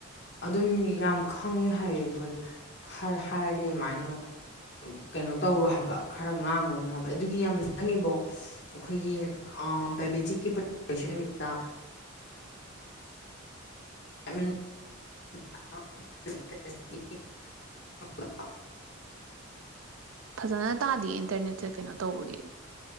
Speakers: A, on the left; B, on the right.
A: ꯑꯗꯨꯝ ꯌꯥꯝ ꯈꯪꯉꯦ ꯍꯥꯏꯔꯦꯣꯖꯤꯛ ꯍꯥꯏꯔꯗꯤ ꯑꯗꯨꯃꯥꯏꯅ ꯀꯩꯅꯣ ꯇꯧꯔꯣ ꯍꯥꯏꯕ ꯈꯔ ꯉꯥꯡꯉꯨꯔꯨꯅꯨ ꯍꯥꯏꯕ ꯑꯗꯨꯒꯤ ꯌꯥꯝ ꯆꯪꯉꯤꯕꯣ ꯑꯩꯈꯣꯏꯒꯤ ꯗꯥꯏꯕꯦꯇꯤꯛꯀꯤ ꯄꯟ ꯅꯨꯃꯤꯠꯇ ꯑꯃꯤꯦꯟ <inaudible> ꯍ
B: ꯐꯖꯅ ꯇꯥꯗ ꯏꯟꯇꯔꯅꯦꯠꯁꯦ ꯀꯩꯅꯣ ꯇꯧꯕꯒꯤ